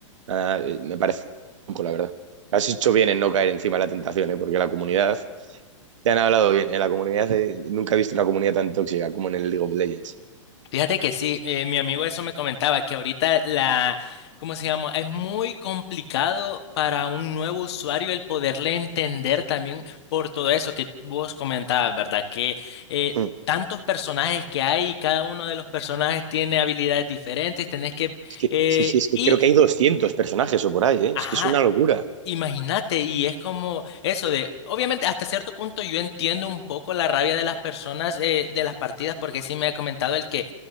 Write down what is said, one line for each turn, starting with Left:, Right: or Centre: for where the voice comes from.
Right: Ah, eh, me parece poco, la verdad. Has hecho bien en no caer encima de la tentación, ¿eh? porque la comunidad te han hablado bien, en la comunidad de- nunca he visto una comunidad tan tóxica como en el League of Legends.
Left: Fíjate que sí, eh, mi amigo eso me comentaba, que ahorita la, ¿cómo se llama? Es muy complicado para un nuevo usuario el poderle entender también por todo eso que vos comentabas, ¿verdad? Que eh,
Right: Mm.
Left: tantos personajes que hay, y cada uno de los personajes tiene habilidades diferentes, tenés que...
Right: Es que,
Left: eh,
Right: sí, sí, es que
Left: y,
Right: creo que hay 200 personajes o por ahí, ¿eh?
Left: ajá,
Right: Es que es una locura.
Left: Imagínate, y es como eso de, obviamente hasta cierto punto yo entiendo un poco la rabia de las personas eh, de las partidas, porque sí me ha comentado el que